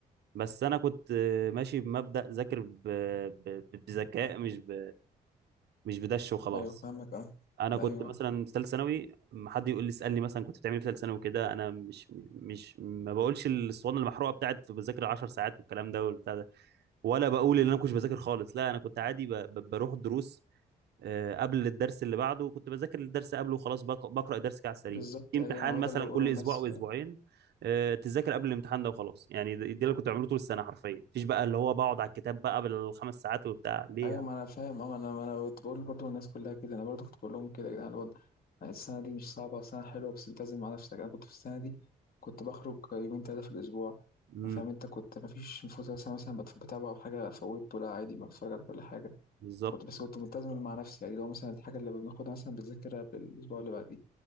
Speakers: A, on the right (about 70°); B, on the left (about 60°).
A: بس انا كنت آه، ماشي بمبدا ذاكر ب- ب- بذكاء مش ب... مش بدش وخلاص
B: ايوه فاهمك اه
A: انا
B: ايوه
A: كنت مثلا في ثالثه ثانوي ما حد يقول لي اسالني مثلا كنت بتعمل إيه في ثالثه ثانوي كده انا مش مش ما بقولش الاسطوانه المحروقه بتاعت بذاكر 10 ساعات والكلام ده والبتاع ده ولا بقول ان انا ما كنتش بذاكر خالص لا انا كنت عادي ب... ب- بروح الدروس آه، قبل الدرس اللي بعده وكنت بذاكر الدرس قبله وخلاص بق- بقرا الدرس كده على السريع
B: بالظبط
A: في امتحان
B: ايوه هو
A: مثلا
B: ده اللي بقوله
A: كل
B: الناس
A: اسبوع او اسبوعين آه، تذاكر قبل الامتحان ده وخلاص يعني ده ده اللي كنت بعمله طول السنه حرفيا مفيش بقى اللي هو بقعد على الكتاب بقى بالخمس ساعات وبتاع ليه
B: ايوه
A: يعني
B: ما انا فاهم اه ما انا ما انا كنت بقول برضو الناس كلها كده انا برضو كنت بقول لهم كده يا جدعان الوضع يعني السنه دي مش صعبه سنه حلوه بس التزم مع نفسك انا كنت في السنه دي كنت بخرج يومين ثلاثه في الاسبوع
A: امم
B: فاهم انت كنت ما فيش فوز مثلا مثلا بت- بتابع او حاجه فوتته لا عادي ما بتفرج على كل حاجه
A: بالظبط
B: كنت بس كنت ملتزم مع نفسي يعني لو مثلا الحاجه اللي بناخدها مثلا بتذاكرها بالاسبوع اللي بعديه